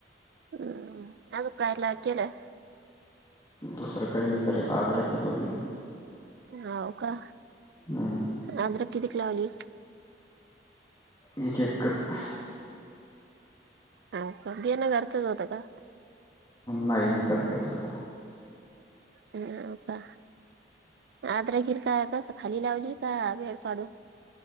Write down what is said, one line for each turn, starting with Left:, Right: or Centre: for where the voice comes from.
Right: ह् आ दु प्रयला हकले <inaudible>
Left: दुसरं काही निकले आदरखे थोडी
Right: होव का.
Left: हा
Right: आद्रक किती क लावली.
Left: रिजेक्ट कर.
Right: हा का बीयान घरचंच होत का?
Left: नाही विकत घेतलं.
Right: हो का, आज राखील काय कसं खाली लावली का वेळ पाडून